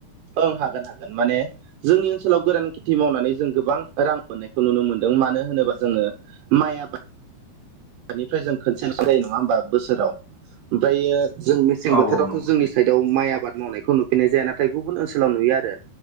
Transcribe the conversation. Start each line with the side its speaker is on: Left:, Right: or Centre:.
Right: ओं हागोन हागोन माने जोंनि ओनसोलाव गोरान खेथि मावनानै जों गोबां रां मोननायखौ नुनो मोनदों मानो होनोबा जोंङो माय आबाद। हानिफ्राय जों खनसेलसो जायो नङा होमबा बोसोराव ओमफ्रायो जों मेसें
Left: औ
Right: बोथोरावथ'
Left: औ नंगौ
Right: जोंनि साइडाव माइ आबाद मावनायखौ नुफिनाय जाया नाथाय गुबुन ओनसोलाव नुयो आरो